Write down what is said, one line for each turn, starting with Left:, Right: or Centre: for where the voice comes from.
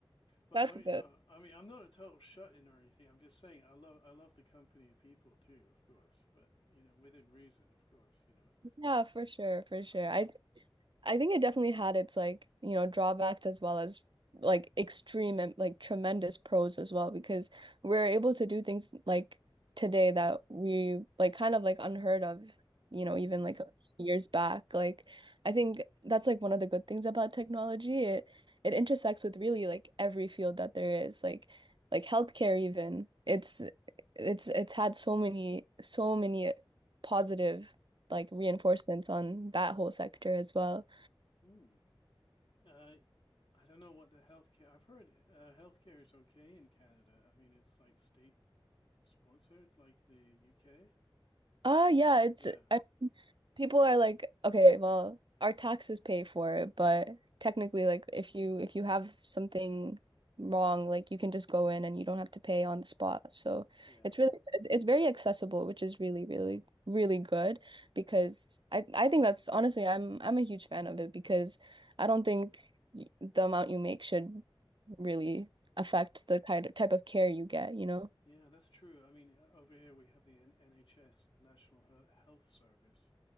Left: but
Right: That's
Left: I mean,
Right: good.
Left: no, I mean, I'm not a total shut-in or anything. I'm just saying I love I love the company of people too, of course, but you know, within reason, of course, you know.
Right: Yeah, for sure, for sure.
Left: Um,
Right: I I think it definitely had its like, you know, drawbacks as well as like extreme and like tremendous pros as well because we're able to do things like today that we like kind of like unheard of, you know, even
Left: mm,
Right: like years back. Like I think that's like one of the good things about technology. It it intersects with really like every field that there is, like like healthcare even. It's it's it's had so many so many positive like reinforcements on that whole sector as well.
Left: mm. Uh, I don't know what the healthcare. I've heard uh, healthcare is okay in Canada. I mean, it's like state sponsored, like the UK.
Right: Ah, yeah, it's
Left: Yeah,
Right: I, people are like, okay, well, our taxes pay for it, but technically, like, if you if you have something wrong, like, you can just go in and you don't have to pay on the spot. So
Left: yeah,
Right: it's really it's, it's very accessible, which is really, really, really good because I I think that's honestly, I'm I'm a huge fan of it because I don't think y- the amount you make should really affect the kind of type of care you get, you know?
Left: yeah, that's true. I mean, o- over here we have the N NHS, the National He- Health Service,